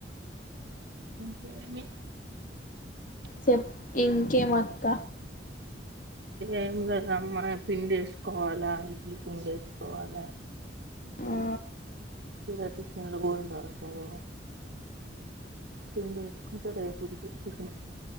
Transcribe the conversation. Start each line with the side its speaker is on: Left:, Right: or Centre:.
Right: ఇంకేమీ
Left: చెప్ ఇంకేమక్క
Right: ఏం లేదమ్మా పిండి ఏసుకోవాలా ఇడ్లీ పిండేసుకోవాలా
Left: ఆ
Right: ఈడ టిఫిన్లు గుడ దొరకవు పిండి పెట్టుకుంట రేపటికి టిఫిను